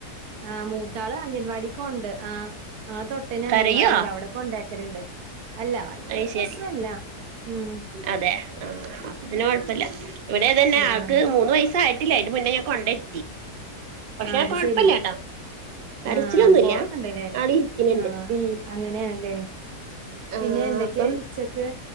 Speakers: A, on the right; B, on the right.
A: ആഹ് മൂത്ത ആള് അംഗൻവാടിക്ക് പോണ്ട് ആഹ് അഹ് തൊട്ടെന്നെ അംഗൻവാടി
B: കരയോ
A: ഇണ്ട് അവടെ കൊണ്ടാക്കല്ണ്ട് അല്ല വല്ല്യ
B: അത്
A: പ്രശ്നില്ല
B: ശരി
A: ഉം
B: അതെ ആ അപ്പൊ പിന്നെ കൊഴപ്പല്ല്യ ഇവിടെ അതന്നെ
A: ആഹ്
B: ആൾക്ക് മൂന്ന് വയസ് വയസ്സ് ആയ്ട്ടില്ലാ അയിൻ്റെ മുന്നേന്നെ ഞാൻ കൊണ്ടെരുത്തി പക്ഷെ
A: ആഹ് അത്
B: കൊഴപ്പല്ല്യാട്ടോ
A: ശെരി.
B: കരച്ചിലൊന്നുല്ല്യ
A: ആഹ് പോണൊക്കെ ഇണ്ട്ല്ലേ
B: ആള് ഇരിക്കന്ണ്ട്
A: ആഹ്
B: ഉം
A: അങ്ങനെയാണല്ലേ
B: ആ
A: പിന്നെ എന്തൊക്കെ
B: അപ്പം
A: ഉച്ചക്ക്